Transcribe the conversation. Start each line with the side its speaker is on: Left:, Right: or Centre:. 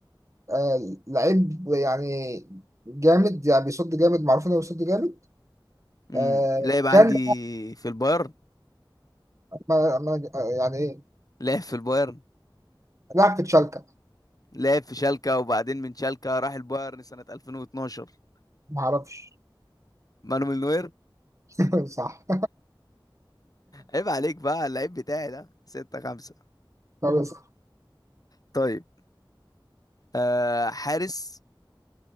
Right: آه، لعيب يعني جامد يعني بيصد جامد معروف انه بيصد جامد
Left: امم
Right: آه،
Left: لعب عندي
Right: كان
Left: في البايرن
Right: ما ما آه، يعني
Left: لعب في البايرن
Right: لعب في تشالكا
Left: لعب في شالكة وبعدين من شالكة راح البايرن سنة 2012
Right: ما اعرفش
Left: مانويل نوير
Right: <laughs> صح
Left: عيب عليك بقى اللعيب بتاعي ده ستة خمسة
Right: خلاص
Left: طيب آه، حارس